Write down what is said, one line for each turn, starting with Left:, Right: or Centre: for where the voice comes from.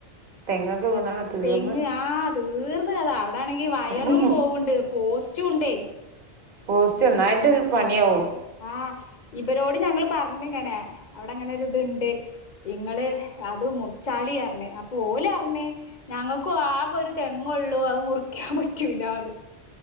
Right: തെങ്ങൊക്കെ വീണാണ് തീർന്ന്
Left: തെങ്ങ് ആഹ് തീർന്ന് കഥ അവിട ആണെങ്കി വയറും
Right: ഉം
Left: പോവണ്ട് പോസ്റ്റുണ്ടേയ്
Right: പോസ്റ്റ് ഒന്നായിട്ട് പണിയാവും
Left: ആഹ് ഇവരോട് ഞങ്ങള് പറഞ്ഞ്ങ്ങനെ അവിടെ ഇങ്ങനെ ഒരു ഇത്ണ്ട് ഇങ്ങള് അത് മുറിച്ചാളി അറ്ഞ്ഞ് അപ്പൊ ഓലറ്ഞ്ഞ് ഞങ്ങക്കു ആകെ ഒരു തെങ്ങള്ളൂ അത് മുറിക്കാൻ പറ്റൂലാന്ന്